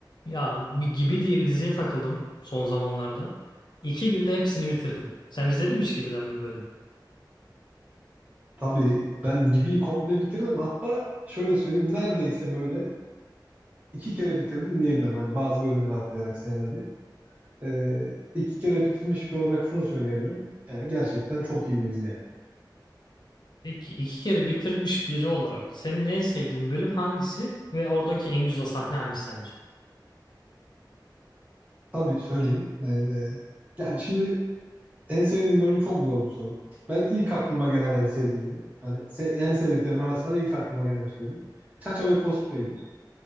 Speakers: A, on the left; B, on the right.
A: Ya bir Gibi diye bir diziye takıldım son zamanlarda. İki günde hepsini bitirdim. Sen izledin mi hiç Gibi'den bir bölüm?
B: Tabii ben gibi komple bitirdim. Hatta şöyle söyleyeyim neredeyse böyle iki kere bitirdim diyebilirim. Hani bazı bölümleri atlayarak sevmedi. Ee, iki kere bitirmiş bir olarak şunu söyleyebilirim. Yani gerçekten çok iyi bir dizi yani.
A: Peki iki kere bitirmiş biri olarak senin en sevdiğin bölüm hangisi ve oradaki en güzel sahne hangisi sence?
B: Tabii söyleyeyim. Ee, yani şimdi en sevdiğim bölüm çok zor bir soru. Ben ilk aklıma gelen en sevdiğimi, hani se- en sevdiklerim arasından ilk aklıma geleni söyleyeyim. Çaça ve Cosplay'dir